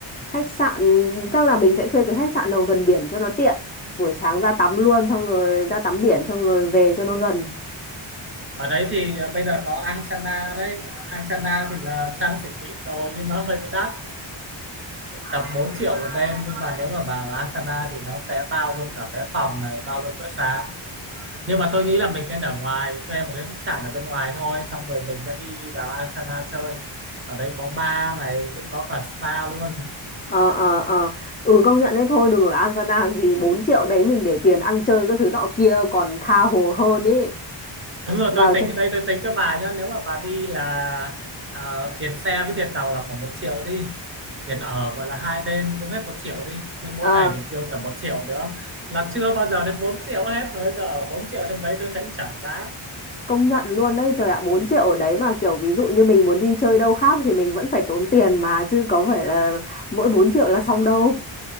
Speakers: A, on the left; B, on the right.
A: Khách sạn chắc là mình sẽ thuê cái khách sạn nào gần biển cho nó tiện. Buổi sáng ra tắm luôn xong rồi ra tắm biển xong rồi về cho nó gần.
B: ở đấy thì à, bây giờ có angsana đấy angsana thì là sang xịn mịn rồi nhưng mà hơi bị đắt tầm 4 triệu một đêm nhưng mà nếu mà vào Asana thì nó sẽ bao luôn cả vé phòng này bao luôn bữa sáng nhưng mà tôi nghĩ là mình nên ở ngoài thuê một cái khách sạn ở bên ngoài thôi xong rồi mình sẽ đi vào Asana chơi ở đây có bar này cũng có cả spa luôn <laughs>
A: Ờ ờ ờ. Ừ công nhận đấy thôi đừng ở An làm gì 4 triệu đấy mình để tiền ăn chơi các thứ nọ kia còn tha hồ hơn ý.
B: đúng rồi
A: Vào
B: tôi tính
A: cho.
B: đây tôi tính cho bà nhá nếu mà bà đi là ờ, tiền xe với tiền tàu là khoảng một triệu đi tiền ở gọi là hai đêm cũng hết một triệu đi nên mỗi
A: Ờ
B: ngày mình tiêu tầm một triệu nữa là chưa bao giờ đến 4 triệu hết rồi bây giờ ở 4 triệu trong đấy tôi thấy chả đáng
A: Công nhận luôn đấy trời ạ 4 triệu ở đấy mà kiểu ví dụ như mình muốn đi chơi đâu khác thì mình vẫn phải tốn tiền mà chứ có phải là mỗi 4 triệu là xong đâu